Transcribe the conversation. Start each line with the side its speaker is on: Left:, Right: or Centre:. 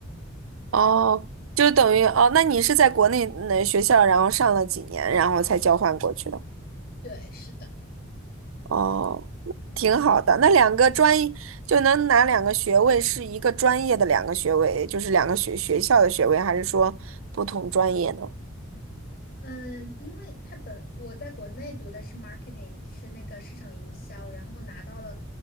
Right: 哦，就等于哦，那你是在国内那学校，然后上了几年，然后才交换过去的。
Left: 对，是的。
Right: 哦，挺好的。那两个专就能拿两个学位，是一个专业的两个学位，就是两个学学校的学位，还是说不同专业呢？
Left: 嗯，因为他本我在国内读的是 marketing，是那个市场营销，然后拿到了